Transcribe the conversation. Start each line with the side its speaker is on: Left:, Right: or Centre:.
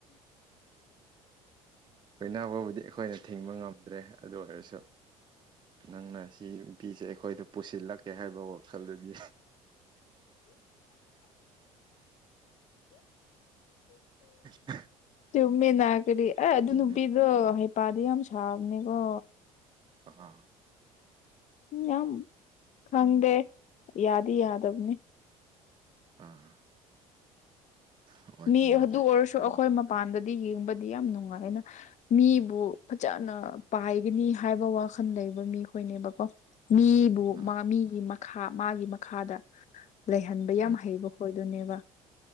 Right: ꯀꯣꯏꯅꯥꯕꯕꯨꯗꯤ ꯑꯩꯈꯣꯏꯅ ꯊꯤꯡꯕ ꯉꯝꯗ꯭ꯔꯦ ꯑꯗꯨ ꯑꯣꯏꯔꯁꯨ ꯅꯪꯅ ꯁꯤ ꯅꯨꯄꯤꯁꯦ ꯑꯩꯈꯣꯏꯗ ꯄꯨꯁꯤꯜꯂꯛꯀꯦ ꯍꯥꯏꯕ ꯋꯥꯈꯜꯗꯨꯗꯤ <unintelligible> <unintelligible>
Left: ꯆꯨꯝꯃꯦ ꯅꯥ ꯀꯔꯤ ꯑ ꯑꯗꯨ
Right: ꯎꯝ
Left: ꯅꯨꯄꯤꯗꯣ ꯍꯩꯄꯥꯗꯤ ꯌꯥꯝ ꯁꯥꯕꯅꯤꯀꯣ
Right: ꯑ
Left: ꯌꯥꯝ ꯈꯪꯗꯦ ꯌꯥꯗꯤ ꯌꯥꯗꯕꯅꯤ
Right: ꯑꯥ ꯑꯣꯏꯕ
Left: ꯃꯤ
Right: ꯃꯥꯜꯂꯦ
Left: ꯑꯗꯨ ꯑꯣꯏꯔꯁꯨ
Right: ꯑꯗꯨꯝ
Left: ꯑꯩꯈꯣꯏ ꯃꯄꯥꯟꯗ ꯌꯦꯡꯕꯗꯤ ꯌꯥꯝ ꯅꯨꯡꯉꯥꯏꯅ ꯃꯤꯕꯨ ꯐꯖꯅ ꯄꯥꯏꯒꯅꯤ ꯍꯥꯏꯕ ꯋꯥꯈꯜ ꯂꯩ ꯂꯩꯕ ꯃꯤꯈꯣꯏꯅꯦꯕꯀꯣ ꯃꯤꯕꯨ
Right: ꯑꯥ
Left: ꯃꯤꯒꯤ ꯃꯈꯥ ꯃꯥꯒꯤ ꯃꯈꯥꯗ ꯂꯩꯍꯟꯕ ꯌꯥꯝ
Right: ꯎꯝ
Left: ꯍꯩꯕ ꯍꯣꯏ ꯅꯦꯕ